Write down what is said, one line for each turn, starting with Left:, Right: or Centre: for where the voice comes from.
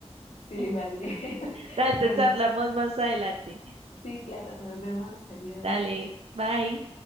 Left: Sí, vale. <laughs>
Right: Dale,
Left: Bueno.
Right: te charlamos más adelante.
Left: Sí, claro, nos vemos, adiós.
Right: Dale, bye.